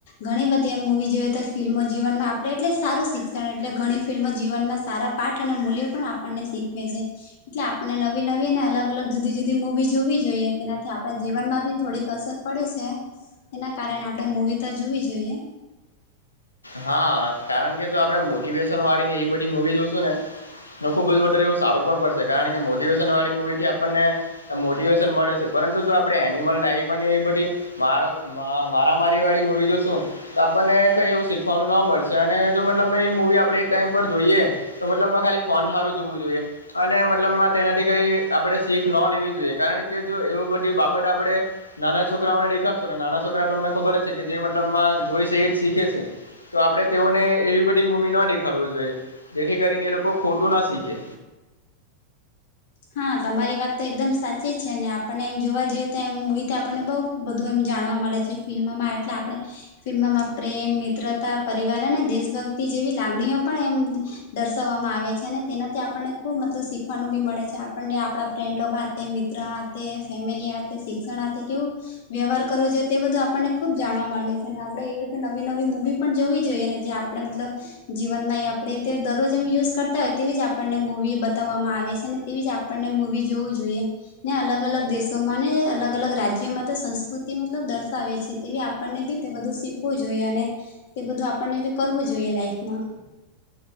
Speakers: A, on the left; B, on the left.
A: ઘણી બધી એમ મુવી જોઈએ તો ફિલ્મ જીવનમાં આ એટલે સારું શિક્ષણ એટલે ઘણી ફિલ્મો જીવનમાં સારા પાઠ અને મૂલ્યો પણ આપણને શીખવે છે. એટલે આ પને નવી નવી અને અલગ અલગ જુદી જુદી મુવી જોવી જોઈએ તેનાથી આપણા જીવનમાં બી થોડીક અસર પડે છે. એના કારણે આપણે મૂવી ત જોવી જોઈએ.
B: હા કારણ કે જો આપણેે મોટિવેશન વાળી ને એવી બધી મુવી જોશું ને નો ખૂબ જ વધારે એવું સારું પણ પડશે કારણ કે મોટિવેશન વાળી મૂવી થી આપણને મોટિવેશન મળે છે, પરંતુ જો આપણે એનિમલ ટાઈપ ને એવી બધી મારો મા મારા મારી વાળી મુવી જો શું તો આપણને કઈ એવું શી ખવાનું ન મળશે અને જો મતલબમા એ મૂવી આપણે એક ટાઈમ પર જોઈએ તો મતલબમાં ખાલી ફોન હારું જોવું જોઈએ અને મતલબમાં તેનાથી કઈ આપડે શીખ ન લેવી જોઈએ કારણ કે જો એવું બધી બાબત આપણે નાના છોકરાઓને દેખાડશો ત નાના છોકરા તમને ખબર જ છે, કે જે મતલબમાં જોઈ છે, એ જ શીખે છે. તો આપડે તેઓને એવી બધી મુવી ન દેખાડવુ જોઈએ જેથી કરીને એ લોકો ખોટું ના શીખે
A: હા તમારી વાત તો એકદમ સાચી છે, ને આપણે એમ જોવા જયએ તો એમ મુવી આપણે બોવ બ ધુ એમ જાણવા મલે છે, ફિલ્મમાં એટલે આપણે ફિલ્મમાં પ્રેમ મિત્રતા પરિવાર અને દેશભક્તિ જેવી લાગણીઓ પણ એમ. દર્શાવવામાં આવે છે ને તેનાથી આપણને ખુબ મતલબ શીખવાનું બી મળે છે. આપણને આપણા ફ્રેન્ડ મિત્ર ફેમિલી શિક્ષણ કેવું. વ્યવહાર કરવો જોઈએ તે બધું આપણને ખુબ જાણવા મળે છે અને આપડે એવી રીતે નવી નવી મુવી પણ જોવી જોઈએ ને જે. આપણે મતલબ- જીવન આપડે તે દરરોજ એમ યુઝ કરતા હોય તેવી જ આપણને મૂવી બતાવવામાં આવે છેને તેવી જ આપણને મૂવી જોવ જોઈએ. ને અલગ અલગ દેશોમાં ને અલગ અલગ રાજ્યોમાં તો સંસ્કૃતિ મતલબ દર્શાવે છે તેવી. આપણને બી બધું શીખવું જોઈએ અને તે બધું આપણને બી કરવું જોઈએ લાઈફમાં